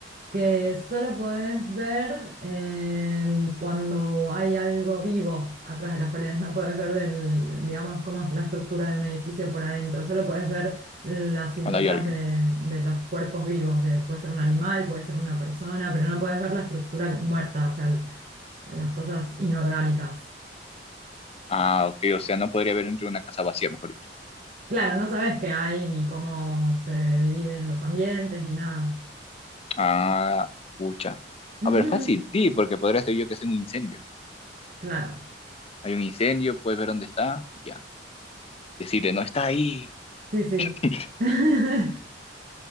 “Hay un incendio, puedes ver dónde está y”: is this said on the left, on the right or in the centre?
Left